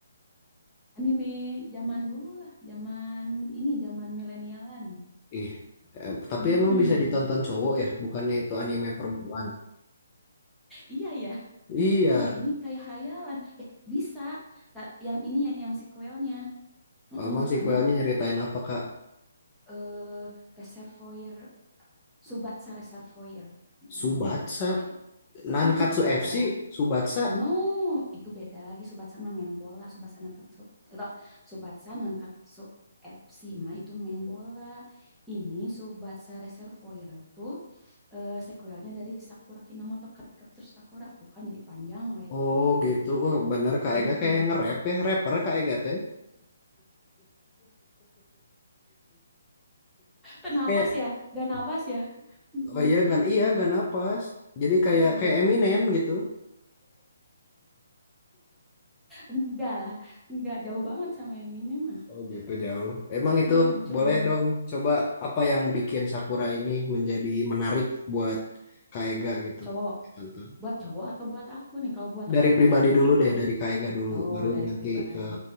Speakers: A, in the centre; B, on the left.
A: Anime zaman dulu lah. Zaman ini, zaman milenialan.
B: Ih, eh, tapi
A: Mm-mm.
B: emang bisa ditonton cowok ya? Bukannya itu anime perempuan?
A: Iya ya,
B: Iya,
A: iya ya. Ini kayak hayalan. Eh, bisa. Ta- Yang ini ya, yang sequelnya. Mm-mm,
B: emang
A: soalnya
B: sequelnya nyeritain apa, Kak?
A: eh, reservoir Subatsa Reservoir. Nah,
B: Subatsa,
A: jadi
B: Nankatsu
A: i
B: FC,
A: I kan,
B: Subatsa.
A: No, itu beda lagi Subatsa sama main bola, Subatsa Nankatsu. eh, Subatsa Nankatsu FC mah itu main bola. Ini Subatsa Reservoir tuh eh, sequelnya dari Sakura Kinomoto Card Captor Sakura tuh kan jadi panjang weh
B: Oh
A: gitu.
B: gitu, wah bener Kak
A: Mm-mm.
B: Ega kayak nge-rap ya, rapper Kak Ega teh.
A: Tenapas
B: Kayak,
A: ya, gak napas ya. Mm-mm.
B: oh iya, gak, iya, gak napas. Jadi kayak
A: Oh gitu.
B: kayak Eminem gitu.
A: Enggak lah, enggak jauh banget sama yang ini mah.
B: Oh gitu jauh. Emang itu
A: Mm, cuman
B: boleh dong coba apa yang bikin Sakura ini menjadi menarik buat Kak Ega gitu.
A: cowok
B: Ditonton.
A: buat cowok atau buat aku nih kalau buat aku
B: Dari pribadi
A: pasti menarik
B: dulu deh, dari Kak Ega dulu,
A: oh
B: baru
A: dari
B: nanti
A: pribadi
B: ke